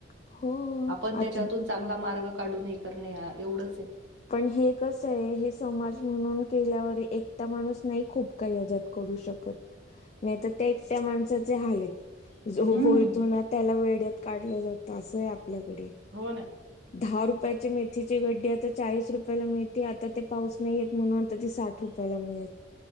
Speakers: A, on the left; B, on the right.
A: हो.
B: आपण त्याच्यातून
A: आता
B: चांगला मार्ग काढून हे करणे आ एवढंच आहे.
A: पण हे कसं आहे हे समाज म्हणून केल्यावर एकटा माणूस नाही खूप काही अजात करू शकत.
B: ह
A: नाही तर त्या एकट्या माणसाचे हाल आहेत जो
B: हम्म.
A: बोलतो ना त्याला वेड्यात काढलं जातं असं आहे आपल्याकडे.
B: हो ना.
A: दहा रुपयाचे मेथीचे गड्डे आत त चाळीस रुपयाला मिळते आता ते पाऊस नाहीयेत म्हणून त ती साठ रुपयाला मिळेल.